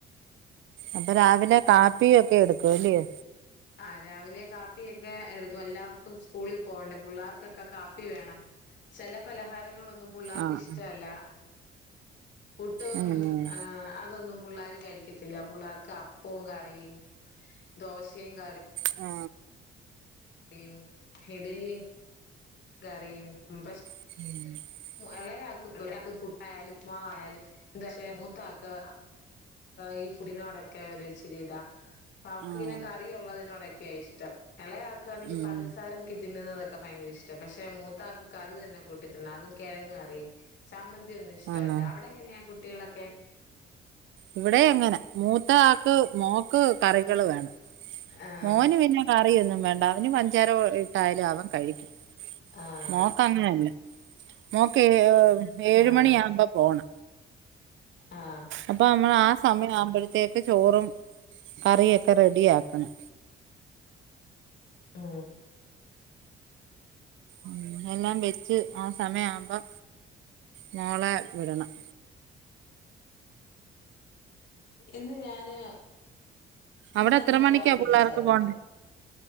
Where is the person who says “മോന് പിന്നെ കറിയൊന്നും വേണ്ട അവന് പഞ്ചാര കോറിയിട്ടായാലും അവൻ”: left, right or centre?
Right